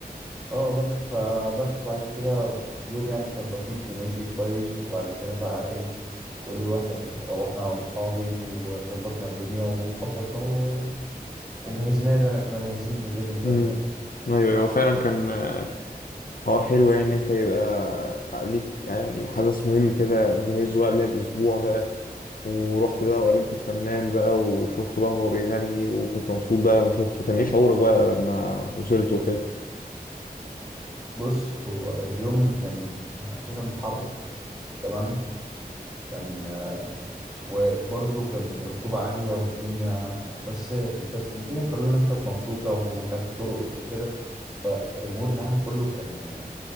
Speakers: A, in the centre; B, on the left.
A: اه بس فبس بعد كده اليوم يعني كان لطيف ومشي كويس وبعد كده بقى ايه كل واحد يعني روحنا انا واصحابي وظبطنا الدنيا واتبسطنا و- وجهزنا له يعني كنا جاهزين للايفنت
B: مم.
A: ده كويس
B: ايوه ايوه فعلا كان آه، حوار حلو يعني ان انت يبقى ليك يعني حدث مهم كده مجهزه بقى قبلها باسبوع بقى ورحت بقى وقابلت الفنان بقى وشفته بقى وهو بيغني وكنت مبسوط بقى لما شفته كان ايه شعورك بقى لما وصلت وكده
A: بص هو اليوم كان كان اساسا حر تمام كان آه، وبرضه كان الرطوبة عالية والدنيا بس بس الدنيا كل الناس كانت مبسوطة وكانت بترقص وكده فالمود العام كله كان